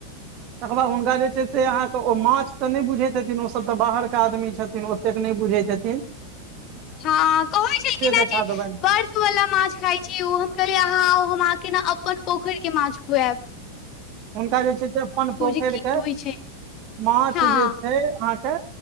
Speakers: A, on the right; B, on the left.
A: तकर बाद हुनका जे छै से अहाँके ओ माछ तऽ नहि बुझैत छथिेन ओसभ तऽ बाहरके आदमी छथिन। एतेक नहि बुझैत हथिन
B: हँ कहै छलखिन कि नहि
A: देखा
B: जे
A: देबनि
B: बर वालला माछ खााय छी ओ हम कहल अहाँ आउ हमके ने अपन पोखरि के माछ खुएब।
A: हुनका जे छैय सऽ अपन पोखरि
B: जे की
A: के
B: होइ छै
A: माछ
B: हँ
A: जे छैय अहाँके